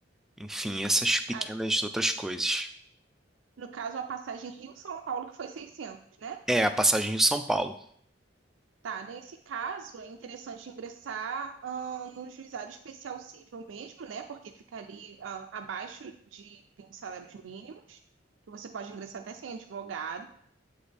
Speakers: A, in the centre; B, on the right.
A: Enfim, essas pequenas
B: Ah,
A: outras coisas.
B: No caso, a passagem Rio-São Paulo, que foi 600, né?
A: É, a passagem Rio-São Paulo.
B: Tá, nesse caso é interessante ingressar ah, no juizado especial civil mesmo, né? Porque fica ali ah, abaixo de 20 salários mínimos, que você pode ingressar até sem advogado.